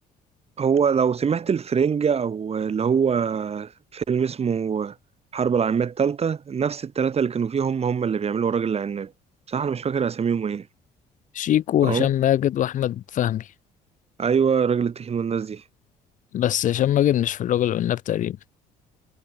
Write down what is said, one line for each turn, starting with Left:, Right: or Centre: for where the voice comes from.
Right: هو لو سمعت الفرنجة او اللي هو فيلم اسمه حرب العالميه الثالثه نفس الثلاثه اللي كانوا فيهم هم هم اللي بيعملوا الرجل العناب بصراحه انا مش فاكر اساميهم ايه
Left: شيكو
Right: اه
Left: وهشام ماجد واحمد فهمي
Right: ايوه راجل التخين والناس دي
Left: بس هشام ماجد مش في الرجل والناب تقريبا